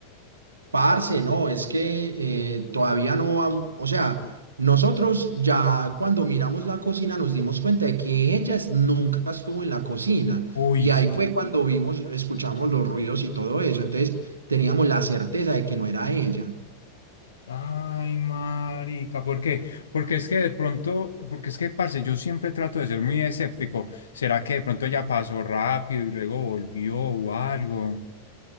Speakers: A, on the right; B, on the left.
A: Parce, no, es que eh, todavía no, ha- o sea, nosotros ya cuando miramos la cocina nos dimos cuenta de que ella es- nunca estuvo en la cocina
B: Uy,
A: y ahí
B: sí.
A: fue cuando vimos, escuchamos los ruidos y todo eso, entonces teníamos la certeza de que no era ella.
B: Ay, marica, ¿por qué? Porque es que de pronto, porque es que, parce, yo siempre trato de ser muy escéptico. ¿Será que de pronto ya pasó rápido y luego volvió o algo?